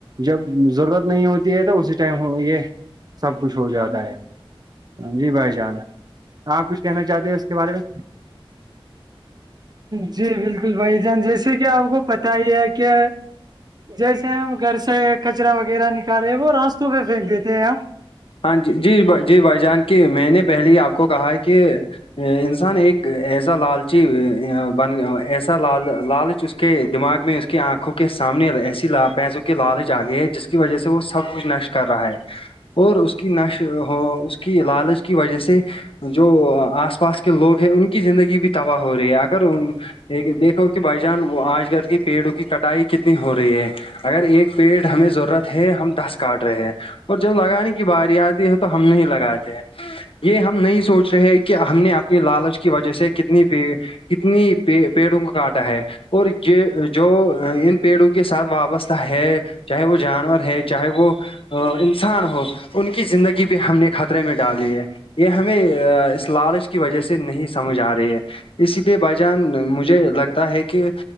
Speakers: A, on the right (about 45°); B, on the left (about 70°).
A: جب ضرورت نہیں ہوتی ہے تو اسی ٹائم یہ سب کچھ ہو جاتا ہے جی بھائی جان آپ کچھ کہنا چاہتے ہیں اس کے بارے میں جی بالکل بھائی جان جیسے کہ آپ کو پتا ہی ہے کہ جیسے ہم گھر سے کچرا وغیرہ نکالے ہیں وہ راستوں پہ پھینک دیتے ہیں ہم
B: ہاں جی جی جی بھائی جان کی میں نے پہلے ہی آپ کو کہا ہے کہ انسان ایک ایسا لالچی بن ایسا لال لالچ اس کے دماغ میں اس کی آنکھوں کے سامنے ایسی لاپ ہے جو کہ لالچ آ گئی ہے جس کی وجہ سے وہ سب کچھ نشٹ کر رہا ہے اور اس کی نش ہو اس کی لالچ کی وجہ سے جو آس پاس کے لوگ ہیں ان کی زندگی بھی تباہ ہو رہی ہے اگر ان د دیکھو کہ بھائی جان آج کل کی پیڑوں کی کٹائی کتنی ہو رہی ہے اگر ایک پیٹ ہمیں ضرورت ہے ہم دس کاٹ رہے ہیں اور جب لگا نہیں کی بار آدی ہے تو ہم نہیں لگاتے یہ ہم نہیں سوچ رہے کہ ہم نے اپنی لالچ کی وجہ سے کتنی بھی کتنی پیڑوں کا کانٹا ہے اور یہ جو ان پیڑوں کی کے ساتھ وابستہ ہے چاہے وہ جانور ہے چاہے وہ انسان ہو ان کی زندگی پہ ہم نے کھا خطرے میں ڈالی ہے یہ ہمیں اس لالچ کی وجہ سے نہیں سمجھ آ رہی ہے اسی لیے بھائی جان مجھے لگتا ہے کہ